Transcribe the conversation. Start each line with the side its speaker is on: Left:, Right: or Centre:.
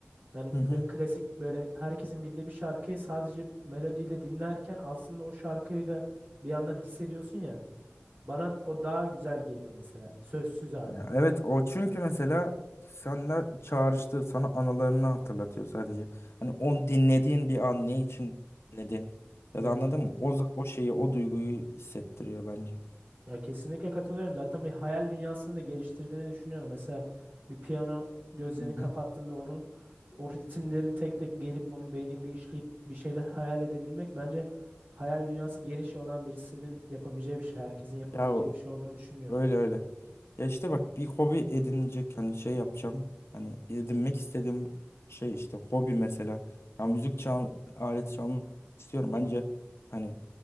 Right: Yani
Left: Hı
Right: böyle
Left: hı.
Right: klasik böyle herkesin bildiği bir şarkıyı sadece melodiyle dinlerken aslında o şarkıyı da bir yandan hissediyorsun ya. Bana o daha güzel geliyor mesela. Sözsüz hali.
Left: Ya Evet o çünkü mesela senle çağrıştı sana anılarını hatırlatıyor sadece. Hani on dinlediğin bir an ne için dinledin ya
Right: Evet
Left: da anladın
Right: evet.
Left: mı? O, za- o şeyi o duyguyu hissettiriyor bence.
Right: Ya kesinlikle katılıyorum. Zaten bir hayal dünyasını da geliştirdiğini düşünüyorum. Mesela bir piyano gözlerini
Left: Hı hı.
Right: kapattığında onun o ritimlerin tek tek gelip onu beyninde işleyip bir şeyler hayal edebilmek bence hayal dünyası geniş olan birisinin yapabileceği bir şey. Herkesin yapabileceği
Left: Ya o-
Right: bir şey olduğunu düşünmüyorum.
Left: öyle öyle. Ya işte bak bir hobi edinecek hani şey yapacağım. Hani edinmek istediğim şey işte hobi mesela. Ya müzik çal aleti çalmak istiyorum. Bence hani